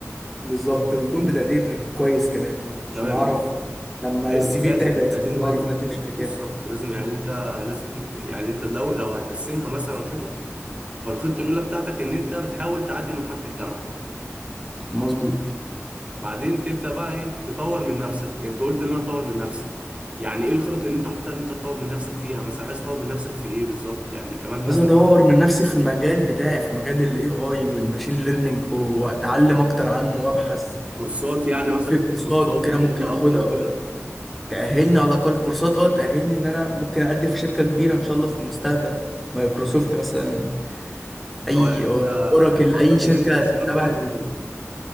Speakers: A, in the centre; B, on the right.
A: بالظبط ويكون بتقدير كويس كمان
B: تمام
A: عشان اعرف
B: انت
A: لما
B: حلو
A: السي
B: لازم
A: في بتاعي بقى
B: التقدير
A: تقيل
B: مهم
A: واعرف اقدم شركات
B: بالظبط لازم يعني انت لازم تكت... يعني انت لو لو هتقسمها مثلا خطط فالخطه الاولى بتاعتك ان انت بتحاول تعدي مرحله الجامعه
A: مظبوط
B: بعدين تبدا بقى ايه تطور من نفسك انت قلت ان انا هطور من نفسي يعني ايه الخطط اللي انت حاططها ان انت تطور من نفسك فيها مثلا عايز تطور من نفسك في ايه بالظبط يعني كمان مثلا
A: عايز اطور من نفسي في المجال بتاعي في مجال الاي اي والماشين ليرنينج واتعلم اكتر عنه وابحث
B: كورسات يعني قصدك
A: في
B: تاخد
A: كورسات
B: كورسات
A: وكده
B: وتحل
A: ممكن
B: اكتر
A: اخدها
B: وكده
A: اه تأهلني على الاقل كورسات اه تأهلني ان انا ممكن اقدم في شركة كبيرة ان شاء الله في المستقبل مايكروسوفت مثلا اي
B: ده هو يعني
A: آه،
B: انت
A: اوراكل
B: مخطط
A: اي شركة
B: ان انت هتشتغل
A: تبع
B: في مايكروسوفت